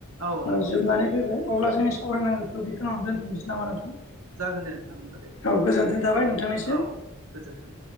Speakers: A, on the right (about 80°); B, on the left (about 70°).
A: औ
B: ओ
A: नंगौ
B: जोबनानै
A: नोंथां
B: फैबाय। अब्ला जोंनि सावरायनांगौखौ बेखौ होनावनो दोनथ'नोसै नामा नोंथां?
A: जागोन दे नोंथां होमबा दे
B: औ गोजोनाय थाबाय नोंथांनिसिम
A: औ
B: ।
A: गोजोन्थों।